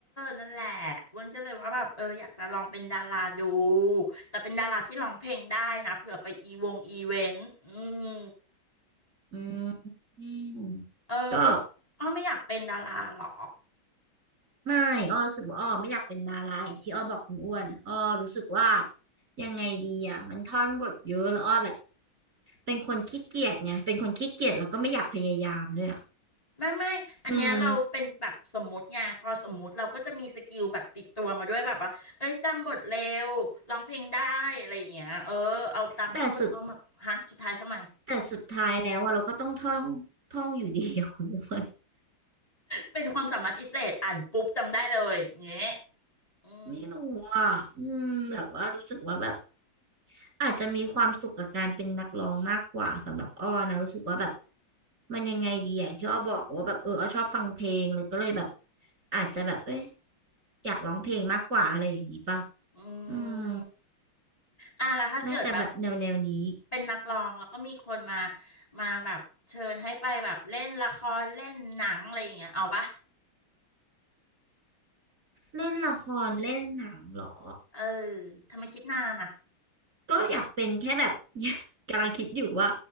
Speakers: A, on the left; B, on the right.
A: นั่นแหละอ้วนก็เลยว่าแบบเอออยากจะลองเป็นดาราดู แต่เป็นดาราที่ร้องเพลงได้นะเผื่อไปอีวงอีเวนต์ อืม
B: อืมอืม
A: เออคุณออไม่อยากเป็นดาราเหรอ
B: ก็ไม่อ้อรู้สึกว่าอ้อไม่อยากเป็นดาราอย่างที่อ้อบอกคุณอ้วนอ้อรู้สึกว่ายังไงดีอ่ะมันท่อนบทเยอะแล้วอ้อแบบ เป็นคนขี้เกียจไงเป็นคนขี้เกียจแล้วก็ไม่อยากพยายามด้วยอ่ะ
A: ไม่ไม่ อันเนี้ยเราเป็นแบบสมมุติไงพอสมมุติเราก็จะมีสกิลแบบติดตัวมาด้วยแบบว่าเอ้ยจำบทเร็วร้องเพลงได้อะไรอย่างเงี้ยเออเอาตามที่คุณเอาอมาฮะสุดท้ายทำไม
B: อืมแต่สุดแต่สุดท้ายแล้วอะเราก็ต้องท่องท่องอยู่ดีอะคุณอ้วน
A: เป็นความสามารถพิเศษอ่านปุ๊บจำได้เลยอย่างเงี้ยอืม
B: ไม่รู้อ่ะอืมแบบว่ารู้สึกว่าแบบอาจจะมีความสุขกับการเป็นนักร้องมากกว่าสำหรับอ้อนะรู้สึกว่าแบบมันยังไงดีอย่างที่อ้อบอกว่าแบบเอออ้อชอบฟังเพลงเลยก็เลยแบบอาจจะแบบเอ้ยอยากร้องเพลงมากกว่าอะไรอย่างนี้ป่ะ
A: อื
B: อืม
A: มอ่ะแล้วถ้าเกิดแบบ
B: น่าจะแบบแนวแนวนี้
A: เป็นนักร้องแล้วก็มีคนมามาแบบเชิญให้ไปแบบเล่นละครเล่นหนังอะไรอย่างเงี้ยเอาปะ
B: เล่นละครเล่นหนังเหรอ
A: เออทำไมคิดนานอ่ะ
B: ก็อยากเป็นแค่แบบ <laughs> กำลังคิดอยู่ว่า